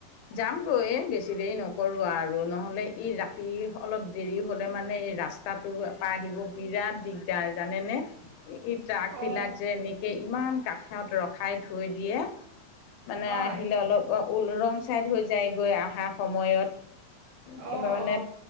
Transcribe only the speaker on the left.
যামগৈ বেছি দেৰি নকৰো আৰ আৰু নহ'লে এই ৰাতি অলপ দেৰি হ'লে মানে এই ৰাস্তাটোৰ পা আহিব বিৰাট দিগ দাৰ জানেনে? এই ট্ৰাক
বিলাক যে এনি ইমান কাষত ৰখাই থৈ দিয়ে। মানে
আহিলে অলপ অ ওল ৰং চাইড হৈ যায় গৈ আহা সময়ত। কিবা
মানে